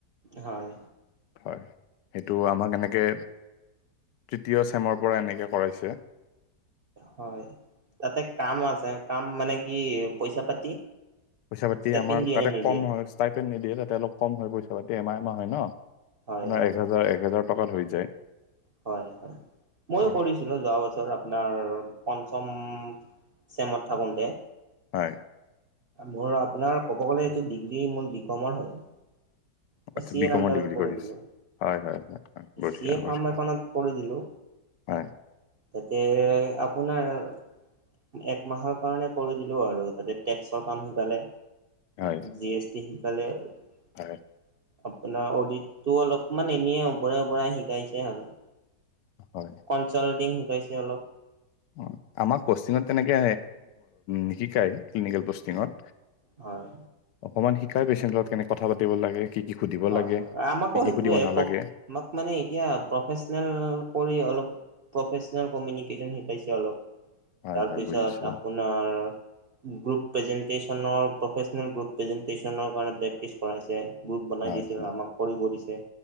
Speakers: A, on the right (about 55°); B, on the left (about 75°).
A: হয়।
B: হয় সেইটো আমাক এনেকে তৃতীয় চেমৰ পৰা এনেকে কৰাইছে।
A: হয় তাতে কাম আছে কাম মানে কি পইচা পাতি
B: পইচা পাতি
A: ষ্টেপিন
B: আমাৰ
A: দিয়ে
B: তাতে
A: নে নিদিয়ে
B: কম হয়। তাতে নিদিয়ে তাতে অলপ কম হয় পইছা পাতি এমাহ এমাহ হয় ন আপোনাৰ
A: হয় হয়
B: এক হাজাৰ এক হাজাৰ টকাত হৈ যায়।
A: হয় হয় ময়ো
B: হয়
A: কৰিছো। আছিলোঁ যোৱা বছৰ আপোনাৰ পঞ্চম চেমত থাকোতে।
B: হয়।
A: মোৰ আপোনাৰ ক'ব গ'লে এইটো ডিগ্ৰী মোৰ বি কমৰ হয়। মই
B: আচ্ছা
A: চি
B: বি
A: এৰ
B: কমৰ
A: আণ্ডাৰত
B: ডিগ্ৰী কৰি
A: দিলো
B: আছে হয় হয়। হয় বঢ়িয়া
A: চি এ
B: বঢ়িয়া
A: ফাৰ্ম এখনত কৰি দিলো
B: হয়
A: তাতে শোনাৰ <unintelligible> একমাহৰ কাৰণে কৰি দিলো আৰু, তাতে টেক্সৰ কাম শিকালে।
B: হয়
A: জি এছ টি শিকালে। আপোনাৰ
B: হয়
A: অডিতটো অলপমান এনে ওপৰে উপৰে শিকাইছে আৰু।
B: হয়।
A: কনচাল্টিং শিকাইছে অলপ।
B: অ' আমাক পষ্টিঙত তেনেকে, নিশিকাই, ক্লিনিকেল পষ্টিঙত।
A: হয়।
B: অকমান শিকাই পেচেণ্টৰ লগত কেনেক কথা পাতিব লাগে, কি কি সুধিব
A: হয়
B: লাগে,
A: হয় আমাকো
B: কি কি
A: সেইটোৱে
B: সুধিব নালাগে।
A: আমাক মানে এতিয়া প্ৰফেচনেল কৰি অলপ প্ৰফেচনেল কমিনিকেশ্যন শিকাইছে অলপ,
B: হয়
A: তাৰপিছত
B: হয় বুজিছোঁ
A: আপোনাৰ গ্ৰুপ প্ৰেজেন্তেচনৰ প্ৰফেচনেল গ্ৰুপ প্ৰেজেন্তেচনৰ কাৰণে প্ৰেক্টিছ কৰাইছে, গ্ৰুপ বনাই
B: হয়
A: দিছিল
B: হয়
A: আমাক কৰিব দিছে।